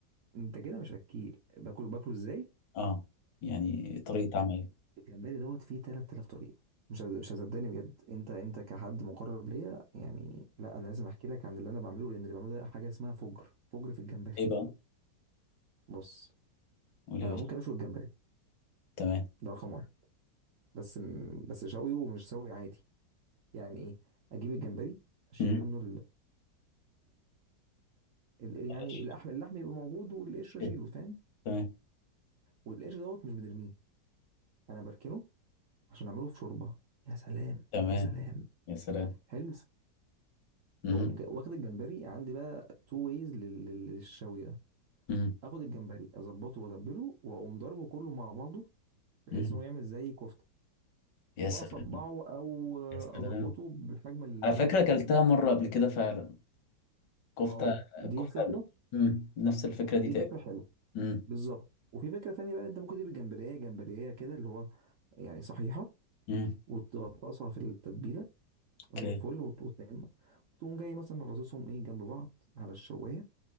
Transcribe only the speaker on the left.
اه يعني طريقة عمل
ايه
بقى
قولي
يا
باشا
تمام
مم.
<laughs> بلاش.
إيه؟
تمام
تمام
يا سلام
مم.
مم.
مم.
يا
سلام
يا سلام
على فكرة
أكلتها مرة قبل كده فعلا كفتة
كفتة
امم نفس الفكرة دي
تقريبا
امم
امم
اوكي